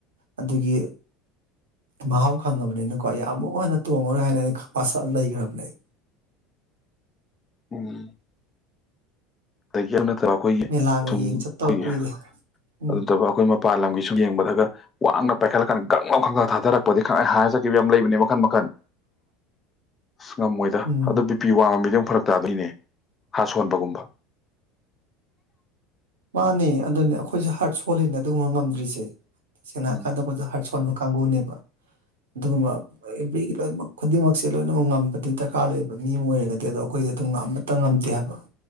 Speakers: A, on the right; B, on the left.
A: ꯑꯗꯨꯒꯤ ꯃꯍꯥꯎ ꯈꯪꯉꯕꯅꯤꯅꯀꯣ ꯑꯩ ꯑꯃꯨꯛ ꯍꯟꯅ ꯇꯣꯡꯉꯔꯣꯏ ꯍꯥꯏꯅ ꯑꯩ ꯋꯥꯁꯛ ꯑꯝ ꯂꯩꯒ꯭ꯔꯕꯅꯦ ꯑꯩ
B: ꯎꯝ <unintelligible> ꯆ ꯑꯩꯈꯣꯏꯒꯤ
A: ꯃꯦꯂꯥꯒ
B: ꯊꯨꯝ
A: ꯌꯦꯡ
B: ꯑꯩꯈꯣꯏꯒꯤ
A: ꯆꯠꯇꯕ ꯀꯨꯏꯔꯦ ꯎꯝ
B: ꯑꯗꯨꯇ ꯄ ꯑꯩꯈꯣꯏ ꯃꯄꯥꯟ ꯂꯝꯒꯤ ꯁꯨꯝ ꯌꯦꯡꯕꯗꯒ ꯋꯥꯡꯅ ꯄꯥꯏꯈꯠꯂꯀꯥꯟꯗ ꯒꯪ ꯂꯥꯎ ꯈꯪꯊꯥ ꯊꯥꯗꯔꯛꯄꯗꯤ ꯈꯪꯍꯥꯏ ꯍꯥꯏꯔ ꯆꯠꯈꯤꯕ ꯌꯥꯝ ꯂꯩꯕꯅꯦ ꯃꯈꯟ ꯃꯈꯟ ꯑꯁ ꯉꯝꯃꯣꯏꯗ
A: ꯎꯝ
B: ꯑꯗꯨ ꯕꯤ ꯄꯤ ꯋꯥꯡꯕ ꯃꯤꯗꯤ ꯑꯝ ꯐꯔꯛ ꯇꯥꯗꯣꯏꯅꯦ ꯍ꯭ꯥꯔꯠ ꯁꯣꯟꯕꯒꯨꯝꯕ
A: ꯃꯥꯅꯦ ꯑꯗꯨꯅꯦ ꯑꯩꯈꯣꯏꯁꯦ ꯍꯥꯔꯠ ꯁꯣꯜꯂꯤꯅꯦ ꯑꯗꯨꯒꯨꯝꯕ ꯉꯝꯗ꯭ꯔꯤꯁꯦ ꯁꯦꯡꯅ ꯍꯥꯏꯀꯥꯟꯗ
B: ꯎꯝ
A: ꯈꯣꯏꯖꯦ ꯍꯥꯔꯠ ꯁꯣꯟꯕ ꯀꯥꯡꯒꯨꯅꯦꯕ ꯑꯗꯨꯒꯨꯝꯕ ꯑꯞ ꯑꯦꯕ꯭ꯔꯤꯒꯤ ꯂꯣꯏꯅꯃꯛ ꯈꯨꯗꯤꯡꯃꯛꯁꯦ ꯂꯣꯏꯅꯃꯛ ꯉꯝꯕꯗꯤ ꯗꯔꯀꯥꯔ ꯂꯩꯌꯦꯕ ꯃꯤ ꯑꯃ ꯑꯣꯏꯔꯒꯗꯤ ꯑꯗꯣ ꯑꯩꯈꯣꯏꯗꯤ ꯑꯗꯨꯝ ꯑꯃꯇ ꯉꯝꯗꯦ ꯍꯥꯏꯕ